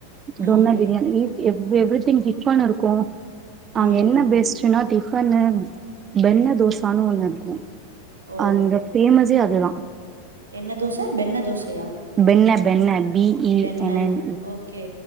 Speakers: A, on the right (about 75°); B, on the right (about 25°).
A: ம்
B: துன்ன பிரியாணி எக் <unintelligible> டிஃபன் இருக்கு அங்க
A: ம்
B: என்ன பெஸ்ட்னா டிஃபன்னு பெண்ணு தோசான்னு ஒண்ணு இருக்கு
A: ஓ
B: அந்த பேஃபஸே அதுதா
A: என்ன தோசைபென்ன தோசையா
B: பெண்ண பெண்ண B E
A: benne
B: N N
A: okay